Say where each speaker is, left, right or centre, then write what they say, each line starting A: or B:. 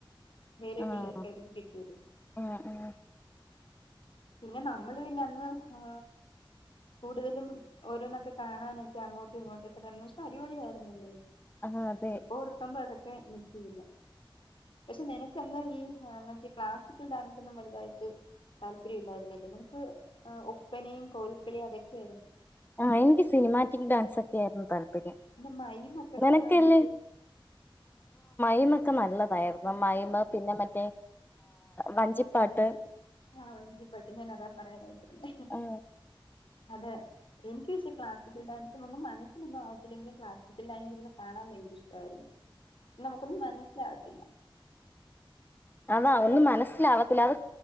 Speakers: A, on the left; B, on the left.
A: വേറെ
B: ആഹ്
A: പിള്ളേർ കടന്ന് കിട്ടിയത്
B: ആഹ് ആഹ്
A: പിന്നെ നമ്മള് പിന്നെ അന്ന് ആ കൂടുതലും ഓരോന്നൊക്കെ കാണാനൊക്കെ അങ്ങോട്ടും ഇങ്ങോട്ടുമൊക്കെ പക്ഷെ അടിപൊളിയ ആരുന്നില്ലേ
B: ആഹ് അതെ
A: ഇപ്പൊ ഓർക്കുമ്പോ അതൊക്കെ മിസ് ചെയ്യുന്നു പക്ഷെ നിനക്കന്ന് ഈ മറ്റേ ക്ലാസിക്കൽ ഡാൻസ് ഒന്നും വലുതായിട്ട് താല്പര്യ ല്ലായിര്ന്നല്ലൊ. നിനക്ക് ഒപ്പനയും കോൽക്കളിയും അതൊക്കെ
B: ആ എനിക്ക് സിനിമാറ്റിക് ഡാൻസ് ഒക്കെ ആയിരുന്നു താല്പര്യം
A: എന്റെ മൈമ്ക്കെ
B: നിനക്കല്ലേ
A: കാണാനായിട്ട്
B: മൊക്കെ നല്ലതായിരുന്നു മൈമ് പിന്നെ മറ്റേ വഞ്ചിപ്പാട്ട്
A: മഞ്ജി ആഹ് മഞ്ജിപ്പട്ട് ഞാൻ അതാ പറയാനായിട്ടന്നെ
B: ആഹ്
A: അതെ എനിക്ക് പക്ഷേ ക്ലാസിക്കൽ ഡാൻസും ഒന്നും മനസ്സിലൊന്നും ആവത്തില്ല എങ്കിലും ക്ലാസിക്കൽ ഡാൻസൊന്ന് കാണാൻ ഭയങ്കര ഇഷ്ടമായിരുന്നു നമുക്കൊന്നും മനസ്സിലാവത്തില്ല
B: അതാ
A: എനിക്കിതൊക്കെ
B: ഒന്നും മനസ്സിലാവത്തില്ല അത്